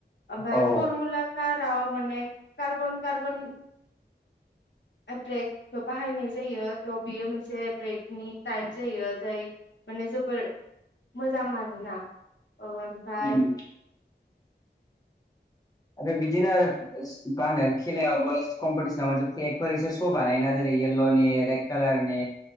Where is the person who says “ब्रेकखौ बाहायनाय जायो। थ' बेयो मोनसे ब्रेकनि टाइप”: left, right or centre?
Left